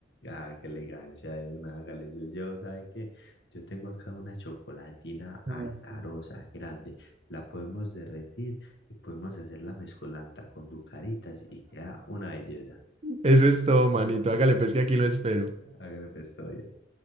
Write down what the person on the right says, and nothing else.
Mm.
Eso es todo, manito. Hágale, pues que aquí lo espero.